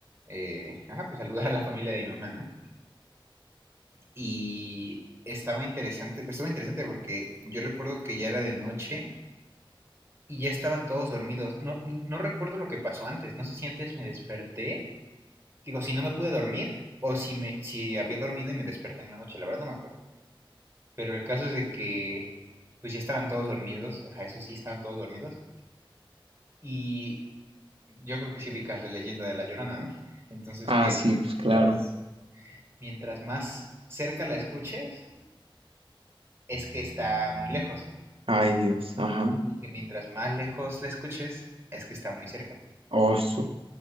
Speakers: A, on the right; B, on the right.
A: eh, ajá, pues saludar a la familia de mi mamá, ¿no? Y estaba interesante, pues, estaba interesante porque yo recuerdo que ya era de noche y ya estaban todos dormidos. No, no recuerdo lo que pasó antes, no sé si antes me desperté Digo, si no me pude dormir o si, me, si había dormido y me desperté en la noche, la verdad no me acuerdo. Pero el caso es de que pues ya estaban todos dormidos, o sea, eso sí, estaban todos dormidos. Y yo creo que sí ubicas la leyenda de la llorona, ¿no? Entonces
B: Ah,
A: que
B: sí, pues claro.
A: mientras, mientras más cerca la escuches, es que está muy lejos.
B: Ay, Dios. Ajá.
A: Y que mientras más lejos la escuches, es que está muy cerca.
B: Oso.